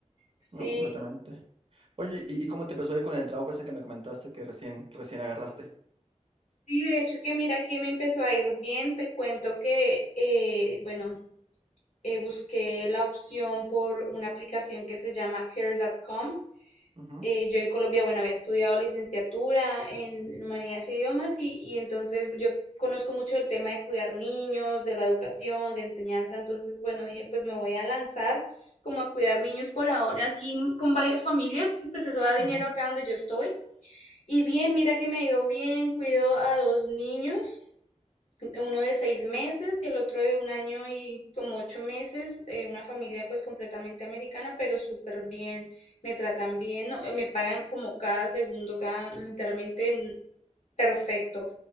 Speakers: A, on the left (about 70°); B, on the right (about 50°).
A: Sí,
B: No, completamente. Oye, ¿y, y cómo te empezó a ir con el trabajo ese que me comentaste que recién, recién agarraste?
A: sí, de hecho que mira que me empezó a ir bien, te cuento que, eh, bueno, eh, busqué la opción por una aplicación que se llama Care. punto Com.
B: Ujú,
A: eh, yo en Colombia, bueno, había estudiado licenciatura en, en humanidades e idiomas y, y entonces yo conozco mucho el tema de cuidar niños, de la educación, de enseñanza, entonces, bueno, dije, pues me voy a lanzar como a cuidar niños por ahora, así con varias familias, que pues eso da dinero
B: ujú.
A: acá donde yo estoy. Y bien, mira que me ha ido bien, cuido a dos niños uno de seis meses y el otro de un año y como ocho meses, eh, una familia pues completamente americana, pero súper bien, me tratan bien, no, eh, me pagan como cada segundo, cada, literalmente en- perfecto.